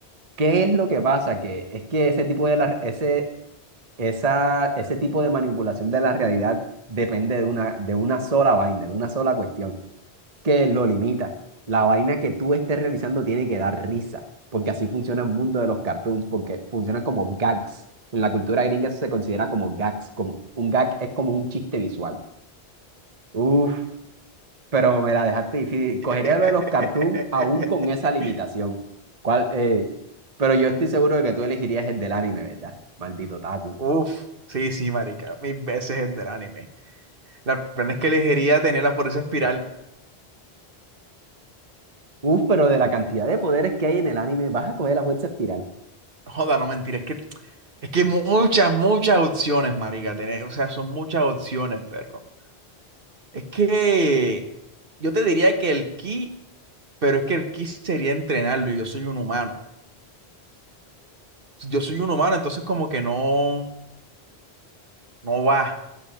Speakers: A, on the right; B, on the right.
A: ¿Qué es lo que pasa? Que es que ese tipo de la, ese, esa, ese tipo de manipulación de la realidad depende de una, de una sola vaina, de una sola cuestión que lo limita. La vaina que tú estés realizando tiene que dar risa, porque así funciona el mundo de los cartoons, porque funcionan como gags. En la cultura gringa eso se considera como gags, como un gag es como un chiste visual. Uf, pero me la dejaste difícil.
B: <laughs>
A: Cogería lo de los cartoons aún con esa limitación. ¿Cuál, eh, pero yo estoy seguro de que tú elegirías el del anime, ¿verdad? Maldito Taku.
B: Uf, sí, sí, marica, mil veces el del anime. La pena es que elegiría tenerlas por esa espiral.
A: Uf, pero de la cantidad de poderes que hay en el anime, vas a coger la fuerza espiral,
B: Joda, no mentir, es que, es que muchas, muchas opciones, marica, tener, o sea, son muchas opciones, perro. Es que yo te diría que el ki, pero es que el ki sería entrenarlo y yo soy un humano. Si Yo soy un humano, entonces como que no, no va.